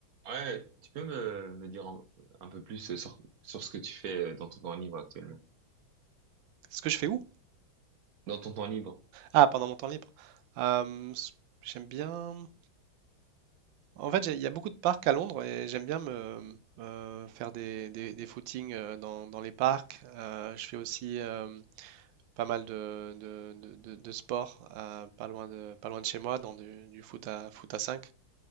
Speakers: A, on the right (about 55°); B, on the right (about 75°).
A: Ouais, tu peux me, me dire un, un peu plus sur, sur ce que tu fais euh, dans ton temps libre actuellement.
B: Ce que je fais où?
A: Dans ton temps libre.
B: Ah, pendant mon temps libre. Euh, s- j'aime bien. En fait, j'ai- il y a beaucoup de parcs à Londres et j'aime bien me, me faire des, des, des footings euh, dans, dans les parcs. Euh, je fais aussi euh, pas mal de, de, de, de- de sport euh, pas loin de, pas loin de chez moi, dans du, du foot à, foot à 5.